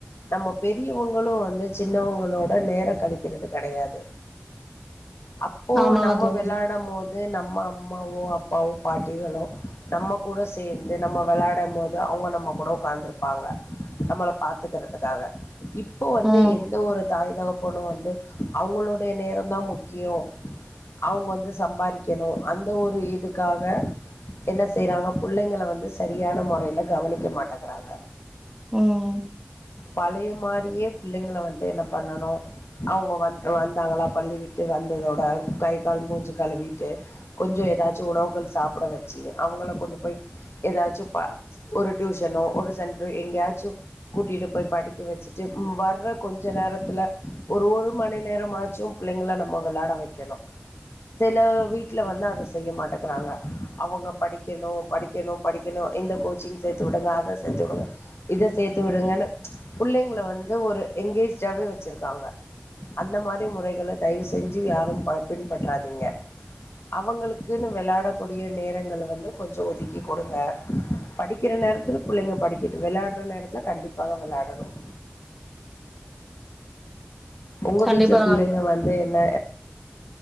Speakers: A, on the left; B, in the centre.
A: நம்ம பெரியவங்களும் வந்து சின்னவங்களோட நேரம் கழிக்கிறது கிடையாது அப்போ
B: ஆமாங்க
A: நம்ம
B: தோழி
A: வெள்ளாட மோது வது நம்ம அம்மாவோ அப்பாவோ பாட்டிகளோ நம்ம கூட சேர்ந்து நம்ம வெள்ளாட மோது அவங்க நம்ம கூட உட்காந்துரு பாங்க நம்மள பாத்துக்கறதுக்காக இப்போ வந்து
B: ம்
A: எந்த ஒரு தாய் தகப் போணும் வந்து அவங்களுடைய நேரம தான் முக்கியோ அவங்க வந்து சம்பாரிக்கணும் அந்த ஒரு இதுக்காக என்ன செய்யறாங்க புள்ளைங்கல வந்து சரியான முறையில கவனிக்க மாட்டகறாங்க
B: ம்
A: பழைய மாரியே புள்ளைங்கள வந்து என்ன பண்ணனும் அவங்க வந்து வந்தாங்களா பள்ளி விட்டு வந்ததோட கை கால் மூஞ்சு கழுவிட்டு கொஞ்சம் ஏதாச்சும் உணவுகள் சாப்ட வச்சி அவங்கள கொண்டு போய் ஏதாச்சும் பா ஒரு டியூஷனோ ஒரு செ எங்கேயாச்சும் கூட்டிட்டு போய் படிக்க வச்சுட்டு வர்ற கொஞ்ச நேரத்துல ஒரு ஒரு மணி நேரமா ஆச்சும் பிள்ளைங்க நம்ம விளாட வைக்கணும் சில வீட்டுல வந்து அதை செய்ய மாட்டேங்கறாங்க அவங்க படிக்கணும் படிக்கணும் படிக்கணும் இந்த கோச்சிங் சேர்த்து விடுங்க அத சேர்த்து விடுங்க இத சேர்த்து விடுங்கன்னு புள்ளைங்கள வந்து ஒரு எனங்கேஜ்டாவே வச்சிருக்காங்க அந்த மாதிரி முறைகளை தயவு செஞ்சு யாரும் பின்பற்றாதீங்க அவங்களுக்குன்னு விளாடக்கூடிய நேரங்க வந்து கொஞ்சம் ஒதுக்கி கொடுங்க படிக்கிற நேரத்துல புள்ளைங்க படிக்க விளையாடுற நேரத்துல கண்டிப்பாக விளையாடணும் உங்க
B: கண்டிப்பா
A: வீட்டுல பிள்ளைங்க வந்து என்ன